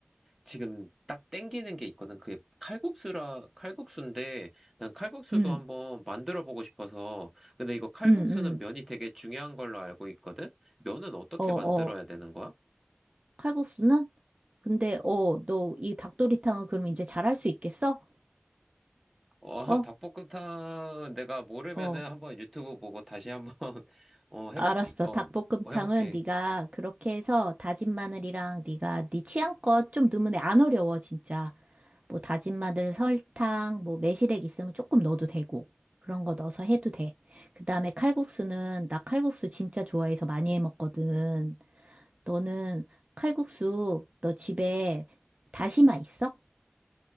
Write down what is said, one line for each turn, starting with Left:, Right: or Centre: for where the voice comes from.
Centre: 지금 딱 땡기는 게 있거든. 그게 칼국수라, 칼국수인데, 난 칼국수도
Right: 응,
Centre: 한번 만들어 보고 싶어서. 근데 이거 칼국수는
Right: 응, 응,
Centre: 면이 되게 중요한 걸로 알고 있거든? 면은 어떻게
Right: 어, 어.
Centre: 만들어야 되는 거야?
Right: 칼국수는? 근데, 어, 너 이 닭도리탕은 그럼 이제 잘할 수 있겠어?
Centre: 어,
Right: 어?
Centre: <laughs> 닭볶음탕 내가 모르면은
Right: 어.
Centre: 한번 유튜브 보고 다시 한번 <laughs> 어 해볼게.
Right: 알았어.
Centre: 어,
Right: 닭볶음탕은
Centre: 뭐 해볼게.
Right: 네가 그렇게 해서 다진 마늘이랑 네가 네 취향껏 좀 넣으면 돼. 안 어려워, 진짜. 뭐 다진 마늘, 설탕, 뭐 매실액 있으면 조금 넣어도 되고. 그런 거 넣어서 해도 돼. 그다음에 칼국수는 나 칼국수 진짜 좋아해서 많이 해 먹거든. 너는 칼국수 너 집에 다시마 있어?